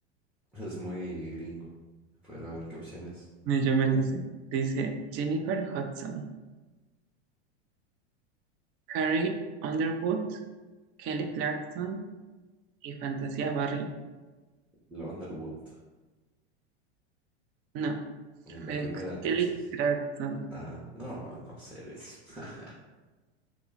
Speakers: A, in the centre; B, on the right.
A: es muy gringo. Pero a ver qué opciones.
B: Ni yo me la sé. Dice Jennifer Hudson, Carrie Underwood, Kelly Clarkson y Fantasia Barry.
A: Lo Underwood.
B: No,
A: En
B: fue
A: la primera, entonces.
B: Kelly Clarkson.
A: Ah, no, no sé de eso. <laughs>